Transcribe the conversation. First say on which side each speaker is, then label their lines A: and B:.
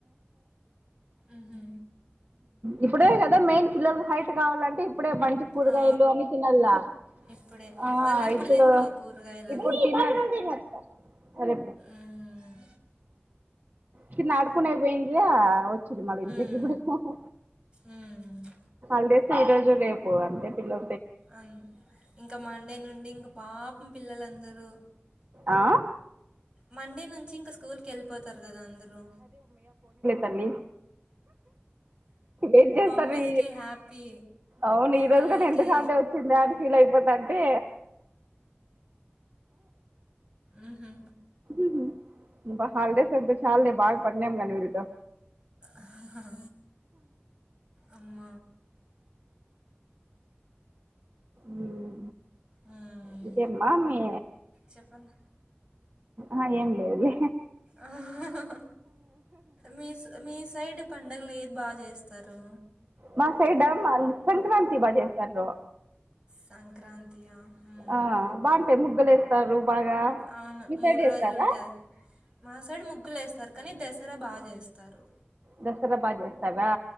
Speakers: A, on the right; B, on the right.
A: మ్హూ.
B: ఇప్పుడే కదా మెయిన్ పిల్లలు హైట్ కావాలంటే ఇప్పుడే మంచి కూరగాయల్లు
A: ఆ,
B: అని తినల్లా
A: ఇప్పుడే
B: ఆ
A: వాళ్ళు
B: ఇప్పుడు
A: తినరు కూరగాయలు
B: ఇప్పుడు
A: అవి
B: తిన తినత్త సరే
A: మ్మ్.
B: కన్నా ఆడుకనే పోయిందయా చిమాలంతకి
A: మ్మ్.
B: ఇప్పుడె ఫోన్
A: మ్మ్.
B: హోలీడే ఈరోజు రేపు అంటే పిల్లలు
A: అ ఇంకా మండే నుండి ఇంకా పాపం పిల్లలందరూ
B: ఆ
A: మండే నుంచి ఇంకా స్కూల్కి వెళ్ళిపోతారు కదా అందరూ
B: తన్ని ఏం చేస్తారు
A: మమ్మీస్కి హ్యాపీ
B: అవును ఈ రోజు
A: పిల్లలకి
B: కూడా ఎంతకామిడి వచ్చింద అని ఫీల్ అయిపో దంటే
A: ఉహు
B: ఈ పాప కి హాలడేస్ వస్తే చాలే బాగా పట్నాం గానీ వీడితో
A: ఆహ్ అమ్మ
B: మ్
A: మ్మ్.
B: ఇంకేంమా మీ
A: చెప్పను
B: ఆ ఏం లేద్లే
A: అహ్హ్హ్ మీ మీ సైడ్ పండగ లేదు బా చేస్తారు
B: మా సైడ మన్ సంక్రాంతి బా చేస్తారు.
A: సంక్రాంతియా మ్
B: ఆ బాగుంటాయి ముగ్గులు వేస్తారు బాగా
A: అవును
B: మీ
A: మూడు
B: సైడ్
A: రోజులు
B: చేస్తారా
A: ఉంటది మా సైడు ముగ్గులు వేస్తారు. కాని దసరా బాగా చేస్తారు.
B: దసరా బాగా చేస్తారా